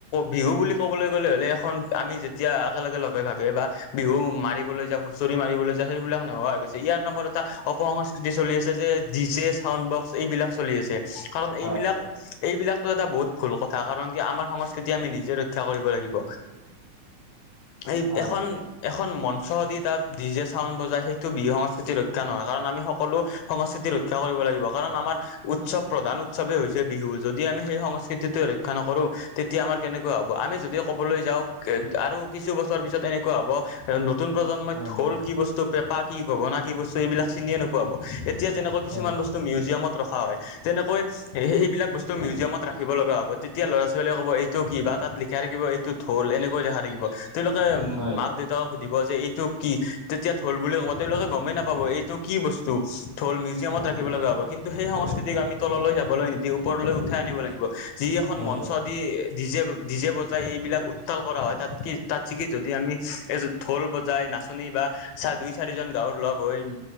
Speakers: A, on the left (about 75°); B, on the left (about 30°).
A: বিহু বুলি ক'বলৈ গ'লে হলে এখন আমি যেতিয়া একেলগে লগে ভাগে বা বিহু মাৰিবলৈ যাও হুঁচৰি মাৰিবলৈ যাও সেইবিলাক নোহোৱা হৈ গৈছে ইয়াৰ নম্বৰত এটা অপসংস্কৃতি চলি আছে যে ডি জে চাউন্ডবক্স এইবিলাক চলি আছে কাৰণ
B: হয়
A: এইবিলাক
B: হয়
A: এইবিলাক টো এটা বহুত ভুল কথা কাৰণ কি আমাৰ সংস্কৃতি আমি নিজে ৰক্ষা কৰিব লাগিব। এই
B: হয়
A: এখন
B: হয়
A: এখন মঞ্চ দি তাক ডিজে চাউন বজাই সেইটো বিহু সংস্কৃতিৰ ৰক্ষ ক্ষা নহয় কাৰণ আমি সকলো সংস্কৃতি ৰক্ষা কৰিব লাগিব কাৰণ আমাৰ উৎসৱ প্ৰধান উৎসৱেই হৈছে বিহু যদি আমি সেই সংস্কৃতিটো ৰক্ষা নকৰো, তেতিয়া আমাৰ কেনেকুৱা হ'ব আমি যদি ক'বলৈ যাওঁ আৰু কিছু বছৰ পিছত এনেকুৱা হ'ব, নতুন প্ৰজন্মই
B: হয়
A: ঢোল
B: হয়
A: কি বস্তু পেপা কি গগনা কি বস্তু এইবিলাক চিনিয়ে নোপোৱা হব এই এতিয়া যেনেকৈ
B: হয়
A: কিছুমান বস্তু মিউজিয়ামত ৰখা হয় তেনেকৈ এ সেইবিলাক বস্তু মিউজিয়ামত ৰাখিব লগা হ'ব তেতিয়া ল'ৰা -ছোৱালীয়ে ক'ব এইটো কি বা তাত লিখাই থাকিব এই টো ঢোল এনেকৈ দেখা থাকিব তেওঁলোকে
B: হয়
A: মাক- দেউতাক সুধিব যে এইটো কি তেতিয়া ঢোল বুলি কব তেওঁলোকে গমেই নাপ ক'ব এইটো কি বস্তু ঢোল মিউজিয়ামত ৰাখিব লগা হ'ব কিন্তু সেই সংস্কৃতিক আমি তললৈ যাবলৈ নিদিও ওপৰলৈ উঠাই আনিব লাগিব যি এখন
B: হয়
A: মঞ্চত দি ডিজে -ডিজে বজাই এইবিলাক উত্তাল কৰা হয় তাতকে - তাটছেকে যদি আমি এ ঢোল বজাই নাচনী বা চা -দুই -চাৰিজন গাঁৱৰ লগ হৈ